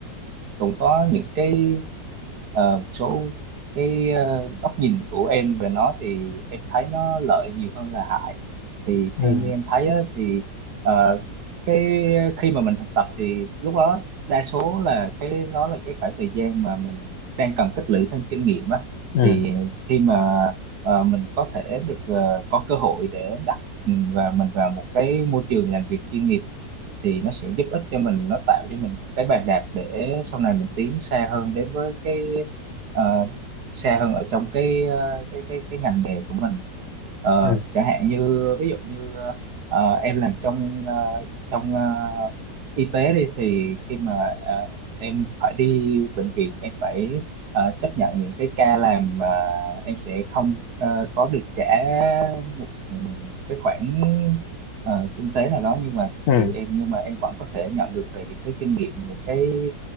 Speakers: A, on the right; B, on the left.
A: cũng có những cái ờ, một số cái ờ, góc nhìn của em về nó thì em thấy nó lợi nhiều hơn là hại thì
B: ừ
A: theo như em thấy á, thì ờ, cái khi mà mình thực tập thì lúc đó đa số là cái đó là cái khoảng thời gian mà mình đang cần tích lũy thêm kinh nghiệm á
B: ừ
A: thì khi mà ờ, mình có thể được ờ, có cơ hội để đặt ừ, và mình vào một cái môi trường làm việc chuyên nghiệp thì nó sẽ giúp ích cho mình nó tạo cho mình cái bàn đạp để sau này mình tiến xa hơn đến với cái ờ, xa hơn ở trong cái ờ, cái cái cái ngành nghề của mình Ờ,
B: ừ
A: chẳng hạn như ví dụ như ờ, em làm trong ờ, trong ờ, y tế đi thì khi mà ờ, em phải đi bệnh viện em phải ờ, chấp nhận những cái ca làm mà em sẽ không ờ, có được trả một ừ, cái khoản ờ, kinh tế nào đó nhưng mà
B: ừ
A: thì em nhưng mà em vẫn có thể nhận được về những cái kinh nghiệm những cái